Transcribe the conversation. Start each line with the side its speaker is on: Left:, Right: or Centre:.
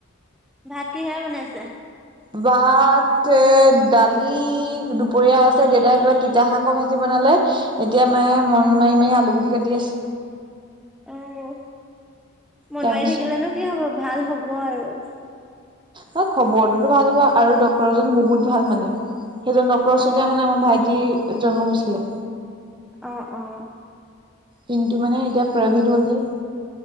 Centre: ভাত কিহে বনাইছে
Right: বাত এ দালি দুপৰীয়া আছে দেউতা কিবা তিতা শাকৰ ভাচি বন ল এতিয়া মায়ে
Centre: অ
Right: মন মাৰি মাৰি আলু গুটি কাটি আছে
Centre: অ মন
Right: টেনচন
Centre: মাৰি থাকিলোনো কি হব ভাল হ'ব আৰু
Right: ন খবৰটোতো ভাল হ'ব আৰু ডক্তৰজন বহুত ভাল মানে সেইজন ডক্তৰ ওচৰতে
Centre: অ
Right: মানে আমাৰ ভাইটিৰ জন্ম হৈছিলে
Centre: অ অ
Right: কিন্তু মানে এতিয়া প্ৰাইভেট হ'ল যে